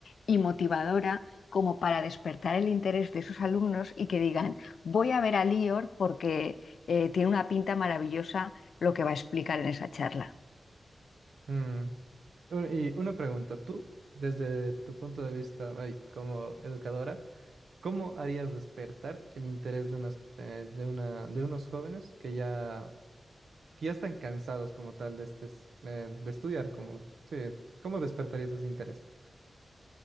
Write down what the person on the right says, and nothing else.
Mm, u- Y una pregunta, tú, desde tu punto de vista, ay, como educadora, ¿cómo harías despertar el interés de unas, eh, de una, de unos jóvenes que ya, que ya están cansados como tal de este, s- eh, de estudiar, como, sí, ¿cómo despertarías ese interés?